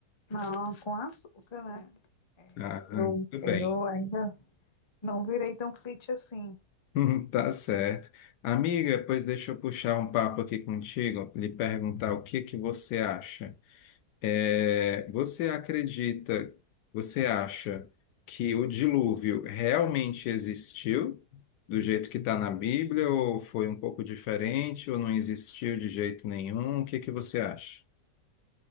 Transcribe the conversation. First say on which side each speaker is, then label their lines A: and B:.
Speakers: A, on the left; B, on the left.
A: Não, com açúcar, né? É,
B: Ah,
A: eu,
B: tudo
A: eu
B: bem.
A: ainda não virei tão fit assim.
B: <laughs> Tá certo. Amiga, pois deixa eu puxar um papo aqui contigo, lhe perguntar o que que você acha. É, você acredita, você acha que o dilúvio realmente existiu do jeito que está na Bíblia, ou foi um pouco diferente, ou não existiu de jeito nenhum? O que que você acha?